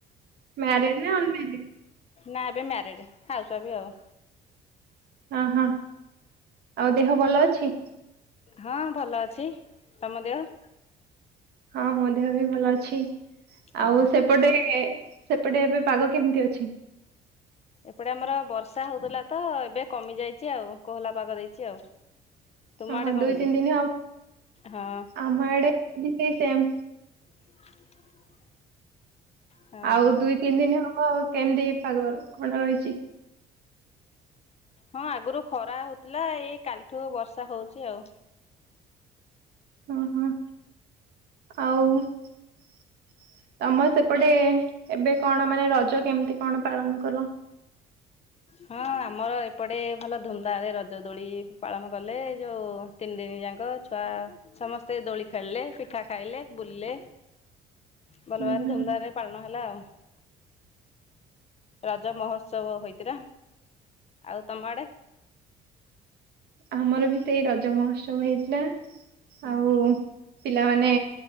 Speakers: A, on the right; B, on the left.
A: ମ୍ୟାରେଡ ନା ଅନ ମ୍ୟାରେଡ?
B: ନା ଏବେ ମ୍ୟାରେଡ। ହାଉସୱାଇଫ ଆଉ।
A: ଅ ହଁ। ଆଉ ଦେହ ଭଲ ଅଛି?
B: ହଁ ଭଲ ଅଛି। ତମ ଦେହ?
A: ହଁ ମୋ ଦେହ ବି ଭଲ ଅଛି। ଆଉ
B: ଓହୋ
A: ସେ ସେପଟେ ସେପଟେ ଏବେ ପାଗ କେମିତି ଅଛି?
B: ଏପଟେ ଆମର ବର୍ଷା ହଉଥିଲା ତ ଏବେ କମିଯାଇଚି ଆଉ କୋହଲା ପାଗ ଦେଇଚି ଆଉ। ତୁମ
A: ଓହୋ
B: ଆଡେ କଣ
A: ଦୁଇ
B: ହେଇଛି?
A: ତିନି ଦିନ ହବ
B: ହଁ।
A: ଆମ ଆଡ଼େ ବି ସେଇ ସେମ୍।
B: <inaudible> ହଁ
A: ଆଉ
B: ହଁ।
A: ଦୁଇ ତିନି ଦିନ ହବ କେମିତି ପାଗ କଣ ରହିଚି?
B: ହଁ ଆଗରୁ ଖରା ହଉଥିଲା ଏଇ କାଲିଠୁ ବର୍ଷା ହଉଛି ଆଉ।
A: ଅ ହଁ। ଆଉ ତମର ସେପଟେ ଏବେ କଣ ମାନେ ରଜ କେମିତି କଣ ପାଳନ କଲ?
B: ହଁ ଆମର ଏପଟେ ଭଲ ଧୁମଧାମରେ ରଜ ଦୋଳି ପାଳନ କଲେ। ଯୋଉ ତିନି ଦିନ ଯାକ ଛୁଆ ସମସ୍ତେ ଦୋଳି ଖେଳିଲେ ପିଠା ଖାଇଲେ ବୁଲିଲେ। ଭଲ
A: ହୁଁ
B: ଭାବରେ
A: ହୁଁ
B: ଧୁମଧାମରେ ପାଳନ ହେଲା ଆଉ। ରଜ ମହୋତ୍ସବ ହେଇଥିଲା। ଆଉ ତମ ଆଡେ?
A: ଆମର ବି ସେଇ ରଜ ମହୋତ୍ସବ ହେଇଥିଲା।
B: ହଁ।
A: ଆଉ ପିଲାମାନେ